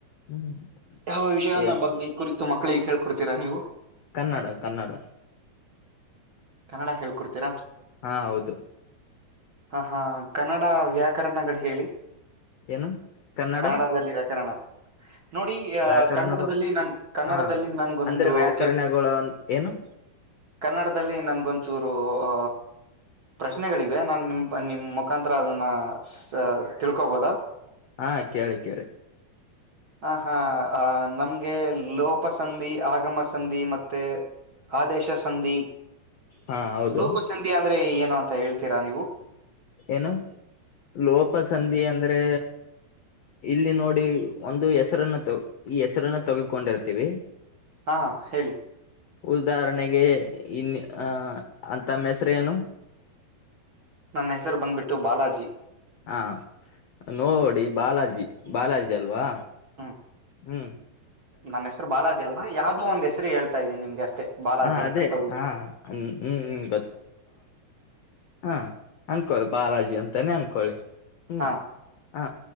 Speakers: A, on the left; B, on the right.
A: ಹ್ಮ್
B: ಯಾವ ವಿಷಯನ
A: ಯ-
B: ಬಗ್ಗೆ ಕುರಿತು ಮಕ್ ಳಿಗ್ ಹೇಳ್ಕೊಡ್ತೀರಾ ನೀವು
A: ಕನ್ನಡ ಕನ್ನಡ
B: ಕನ್ನಡ ಹೇಳ್ಕೊಡ್ತೀರಾ
A: ಹಾ ಹೌದು
B: ಹ ಹಾ ಕನ್ನಡ ವ್ಯಾಕರಣಗಳು ಹೇಳಿ
A: ಏನು ಕನ್ನಡ
B: ಕನ್ನಡದಲ್ಲಿ ವ್ಯಾಕರಣ ನೋಡಿ ಅ
A: ವ್ಯಾಕರಣಗಳು
B: ಕನ್ನಡದಲ್ಲಿ ನನ್ ಕನ್ನಡದಲ್ಲಿ
A: ಹಾ
B: ನನ್ಗೊಂದು
A: ಅಂದ್ರೆ ವ್ಯಾಕರಣಗಳು
B: ಕೆಲ್
A: ಅನ್- ಏನು
B: ಕನ್ನಡ ದಿಲ್ಲಿ ನನ್ಗೊಂಚೂರು ಆ ಪ್ರಶ್ನೆಗಳಿವೆ ನಾನ್ ನಿಮ್ ನಿಮ್ ಮುಖಾಂತರ ಅದನ್ನ ಸ ತಿಳ್ಕೋಬೋದಾ
A: ಹಾ ಕೇಳಿ ಕೇಳಿ
B: ಹ ಹಾ ಆ ನಮ್ಗೆ ಲೋಪ ಸಂಧಿ ಆಗಮ ಸಂಧಿ ಮತ್ತೆ ಆದೇಶ ಸಂಧಿ
A: ಹಾ ಹೌದು
B: ಲೋಪ ಸಂಧಿ ಅಂದ್ರೆ ಏ ಅಂತ ಹೇಳ್ತೀರಾ ನೀವು
A: ಏನು ಲೋಪ ಸಂಧಿ ಅಂದ್ರೆ ಇಲ್ಲಿ ನೋಡಿ ಒಂದು ಹೆಸರನ್ನ ತ ಈ ಹೆಸರನ್ನ ತಗಕೊಂಡಿರ್ತೀವಿ
B: ಹಾ ಹೇಳಿ
A: ಉದಾಹರಣೆಗೆ ಇನ್ನ ಅ ತಮ್ಮ ಹೆಸರೇನು
B: ನನ್ನ ಹೆಸರು ಬಂದ್ಬಿಟ್ಟು ಬಾಲಾಜಿ
A: ಹಾ ನೋಡಿ
B: ಹ್ಮ್
A: ಬಾಲಾಜಿ ಬಾಲಾಜಿ ಅಲ್ವಾ
B: ಹ್ಮ್
A: ಹ್ಮ್
B: ನನ್ನ ಹೆಸರು ಬಾಲಾಜಿ ಅಲ್ ಯಾವ್ದೋ ಒಂದ್ ಹೆಸರು ಹೇಳ್ತಾ ಇದ್ದೀನಿ ನಿಮ್ಗೆ ಅಷ್ಟೇ ಬಾಲಾಜಿ
A: ಹಾ
B: ಅಂತ
A: ಅದೇ
B: ತಗೊಳ್ಳಿ
A: ಹಾ ಹ್ಮ್ ಹ್ಮ್ ಹ ಅನ್ಕೊಳ್ಳಿ ಬಾಲಾಜಿ ಅಂತಾನೇ ಅನ್ಕೊಳ್ಳಿ ಹ್ಮ್
B: ಹಾ.
A: ಹ